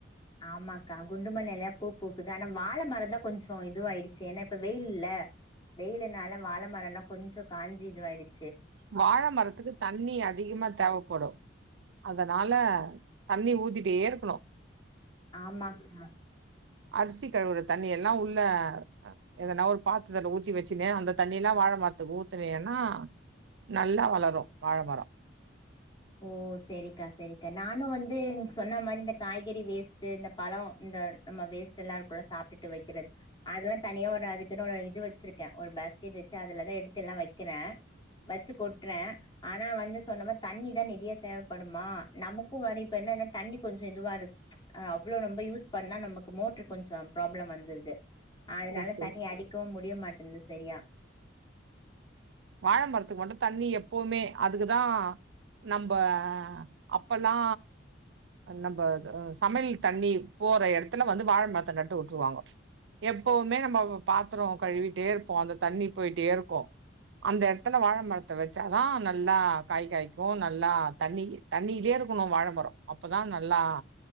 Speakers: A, on the left; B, on the right.
A: ஆமாக்கா குண்டுமல்லி நெறைய பூ பூக்குது ஆனா வாழமரந்தா கொஞ்சோ இதுவாயிடுச்சு ஏன்னா இப்ப வெயில் ல வெயிலுனால வாழ மரோலா கொஞ்சோ காஞ்சி இதுவாயிடுச்
B: வாழ மரத்துக்கு தண்ணி அதிகமா தேவப்படு அதனால தண்ணி ஊத்திட்டே இருக்குனோ
A: ஆமாக்க
B: அரிசி கழுவுற தண்ணி எல்லா உள்ள எதுனா ஒரு பாத்தரதல ஊத்தி வெச்சுன்னு அந்த தண்ணி தண்ணி எல்லா வாழ மரத்துக்கு ஊத்துனின்னா நல்லா வளரு வாழமரோ
A: ஓ செரிக்கா செரிக்கா நானும் வந்து சொன்ன மாரி இந்த காய்கறி வேஸ்ட்ட் இந்த பழம் இந்த நம்ம வேஸ்ட் எல்லா இருக்கும்ல்ல சாப்பிட்டுட்டு வைக்கிறது அதெல்லா தனியா ஒரு அதுக்குன்னு இது வச்சிருக்கேன் ஒரு பாஸ்கெட் வெச்சு அதுலதா எடுத்து எல்லா வைக்கிறேன் வெச்சு கொட்டுறே ஆனா வந்து சொன்ன மாரி தண்ணி நெறையா தேவைப்படுமா நமக்கு வ இப்ப என்னன்னா தண்ணி கொஞ்சம் இதுவா இரு அவ்ளோ ரொம்ப யூஸ் பண்ணா நமக்கு மோட்டரு கொஞ்சோ ப்ராப்ளம் வந்துருது அதனால
B: ஓகே.
A: தண்ணி அடிக்கவு முடிய மாட்டிங் இருந்து சரியா
B: வாழமரத்துக்கு மட்டு தண்ணி எப்பவுமே அதுக்குதா நம்ப அப்பல்லா அ நம்ப இது சமையல் தண்ணி போற எடத்துல வந்து வாழை மரத்தை நட்டு விட்டுருவாங்க எப்பவுமே நம்ம பாத்திர கழுவிட்டே இருப்போ அந்த தண்ணி போயிட்டே இருக்கு அந்த எடத்துல வாழைமரத்தை வச்சாதான் நல்லா காய் காய்க்கு நல்லா தண்ணி தண்ணிலே இருக்கணு வாழைமரம் அப்பதா நல்லா